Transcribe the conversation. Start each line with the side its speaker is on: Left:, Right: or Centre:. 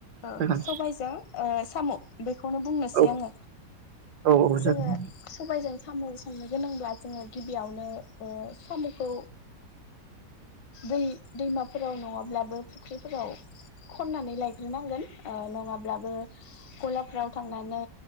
Left: ओ
Right: जागोन
Left: सबायजों ओ सामु बेखौनो बुंनोसै
Right: औ
Left: आङो
Right: औ औ
Left: जोङो
Right: जागोन
Left: सबायजों साम' संनो गोनांब्ला जोङो गिबियावनो ओ साम'खौ दै दैमाफोराव नङाब्लाबो फुख्रिफोराव खननानै लाय नांगोन नङाब्लाबो गलाफ्राव थांनानै